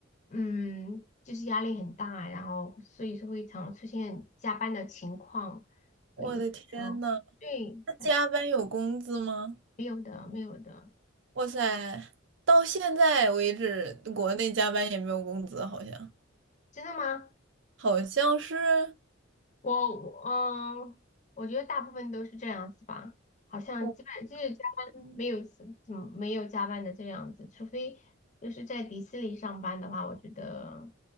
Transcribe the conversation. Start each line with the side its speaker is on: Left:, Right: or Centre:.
Left: 嗯，就是压力很大，然后所以说会常出现加班的情况，会有的时候，
Right: 我的天呐，
Left: 对，
Right: 那加班有工资吗？
Left: 哎，没有的，没有的，
Right: 哇塞，到现在为止，国内加班也没有工资，好像
Left: 真的吗？
Right: 好像是
Left: 我嗯，我觉得大部分都是这样子吧，好像基本就是加班没有怎么没有加班的这样子，
Right: 我
Left: 除非就是在迪士尼上班的话，我觉得